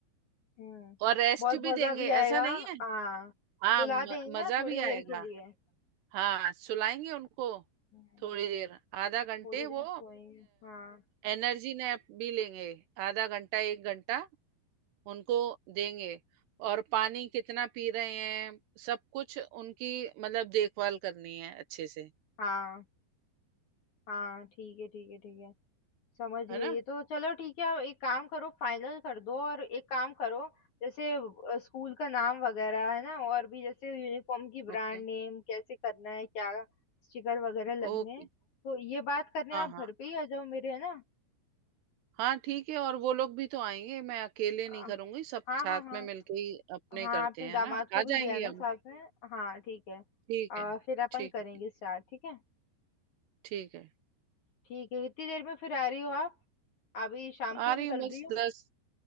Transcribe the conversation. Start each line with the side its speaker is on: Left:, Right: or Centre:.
Left: हम्म
Right: और रेस्ट
Left: बहुत
Right: भी
Left: मजा
Right: देंगे
Left: भी
Right: ऐसा
Left: आएगा
Right: नहीं है
Left: हाँ
Right: हाँ
Left: सुला
Right: म-
Left: देंगे
Right: मजा
Left: ना थोड़ी
Right: भी
Left: देर
Right: आएगा
Left: के लिए
Right: हाँ सुलाएंगे उनको
Left: हम्म,
Right: थोड़ी देर आधा घंटे
Left: थोड़ी
Right: वो
Left: देर सोएंगे हाँ
Right: एनर्जी नैप भी लेंगे आधा घंटा एक घंटा उनको देंगे और पानी कितना पी रहे हैं सब कुछ उनकी मतलब देखभाल करनी है अच्छे से
Left: हाँ हाँ ठीक है ठीक है ठीक है समझ गई
Right: है ना
Left: है तो चलो ठीक है एक काम करो फाइनल कर दो और एक काम करो जैसे अ, स्कूल का नाम वगैरह है ना और भी जैसे यूनिफॉर्म की ब्रांड
Right: ओके
Left: नेम कैसे करना है क्या स्टिकर वगैरह लगने
Right: ओके
Left: हैं तो ये बात करने
Right: हाँ
Left: आप
Right: हाँ
Left: घर पे ही आ जाओ मेरे है ना
Right: हाँ ठीक है और वो लोग भी तो आएंगे मैं अकेले
Left: अ,
Right: नहीं करूंगी सब
Left: हाँ
Right: साथ
Left: हाँ हाँ
Right: में मिलके ही अपने
Left: हाँ
Right: करते
Left: आपने
Right: हैं
Left: दामाद
Right: ना
Left: को
Right: आ
Left: भी
Right: जाएंगे
Left: दिया ना
Right: हम
Left: साथ में हाँ ठीक है
Right: ठीक
Left: अ,
Right: है
Left: फिर अपन
Right: ठीक
Left: करेंगे
Right: है ठीक
Left: स्टार्ट ठीक है
Right: ठीक है
Left: ठीक है कितनी देर में फिर आ रही हो आप अभी शाम
Right: आ
Left: को
Right: रही
Left: निकल
Right: हूँ बस
Left: रही हो
Right: दस